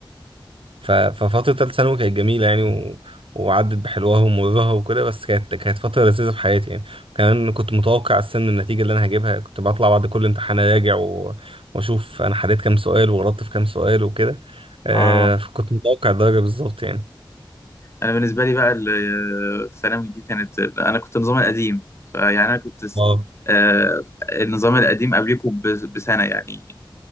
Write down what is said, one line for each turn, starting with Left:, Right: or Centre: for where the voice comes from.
Right: ف- ففترة تالتة ثانوي كانت جميلة يعني و... وعدت بحلوها ومرها وكده بس كانت كانت فترة لذيذة في حياتي يعني كمان كنت متوقع السن النتيجة اللي أنا هجيبها كنت بطلع بعد كل امتحان أراجع و... وأشوف أنا حليت كام سؤال وغلطت في كام سؤال وكده آه
Left: اه
Right: فكنت متوقع الدرجة بالظبط يعني
Left: انا بالنسبة لي بقى ال- الثانوي دي كانت انا كنت النظام القديم فيعني انا كنت س-
Right: اه
Left: آه... النظام القديم قبلكم ب... بسنة يعني